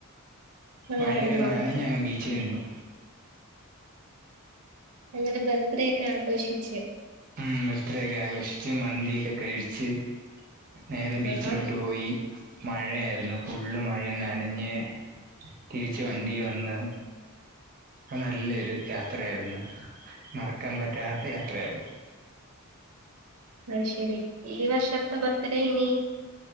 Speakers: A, on the right; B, on the right.
A: കൊള്ളായിരുന്നോ?
B: മഴയൊക്കെ നനഞ്ഞാണ്ടി ചെന്നു
A: അങ്ങനെ ബർത്ത്ഡേ ഒക്കെ ആഘോഷിച്ച്
B: ഉം ബർത്ത്ഡേ ഒക്കെ ആഘോഷിച്ച് മന്തിയൊക്കെ കഴിച്ച് നേരെ ബീച്ചിലോട്ട്
A: ആഹാ
B: പോയി മഴയായിരുന്നു ഫുള്ള് മഴനനഞ്ഞ് തിരിച്ച് വണ്ടി വന്ന് അ നല്ലൊരു യാത്രയായിരുന്നു മറക്കാൻ പറ്റാത്ത യാത്രയായിരുന്നു
A: അയ്ശരി ഈ വർഷതെ ബർത്ത് ഡേ ഇനി